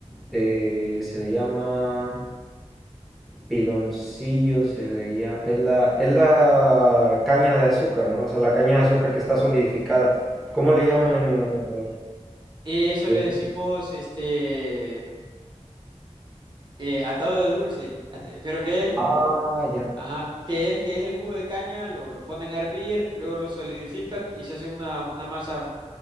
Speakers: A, in the centre; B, on the right.
A: eh, se le llama piloncillo, se le llama, es la, es la caña de azúcar, ¿no? O sea, la caña de azúcar que está solidificada. ¿Cómo le llaman
B: Ajá.
A: en El Salvador?
B: Eso
A: Es-
B: le decimos, este, eh, atado de dulce. <laughs> At- ¿Pero qué es?
A: ah, ya,
B: Ajá, ¿qué es? ¿Qué es el jugo de caña? Lo, lo ponen a hervir, luego lo solidifican y se hace una, una masa